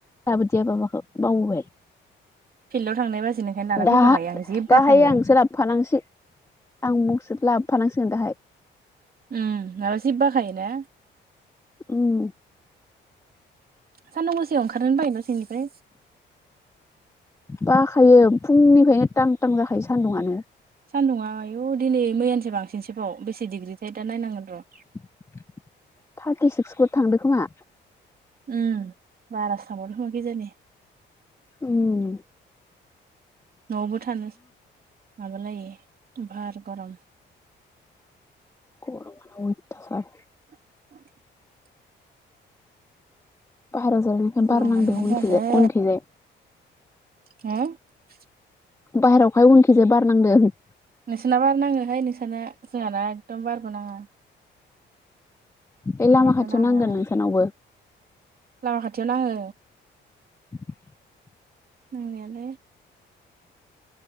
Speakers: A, on the left; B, on the right.
A: लाबोदिया बाबाखौ बावबाय
B: फिल्डआव थांनाय बाजैनिखायनो लाना
A: दाहा
B: फैफाखायो आं जि
A: दाहाय
B: बाखायो
A: आंसो लाबोफानांसिगोन आं मुगसो <unintelligible> लाबोफानांसिगोन दाहाय
B: उम माबा जि बाखायोना
A: ओम
B: सानदुं गोसायाव ओंखारोनोनो बायो न' सिंनिफ्राय
A: बाखायो फुंनिफ्रायनो थां थां जाखायो सानदुङानो
B: सानदुङा आयु दिनै मैयानिसाय बांसिनसोबाव बेसे डिग्रिथाय दा नायनांगोन र'
A: <inaudible> थारटि <unintelligible> सिक्स <unintelligible> फ <unintelligible> थांदों खोमा
B: उम बारासो थांबावदों खोमा खिजानि
A: ओम
B: न'आवबो थानो माबालायै बार गारम
A: गरमानो अइथासार
B: <inaudible>
A: बाहेरायाव जिरायनायखाय
B: गरमानो
A: बार नांदों
B: मा
A: उनखिजाय
B: जादों
A: उनखिजाय
B: हुम <unintelligible>
A: बाहेरावहाय उनखिजाया बारनांदों
B: नोंसोबाना नाङोहाय नोंसोरना जोंहाना एकदम बारबो नाङा
A: एै लामा
B: माबो
A: खाथियाव
B: नाङा
A: नांगोन नोंसानावबो
B: लामा खाथियाव नाङो
A: <inaudible>
B: नांनायालाय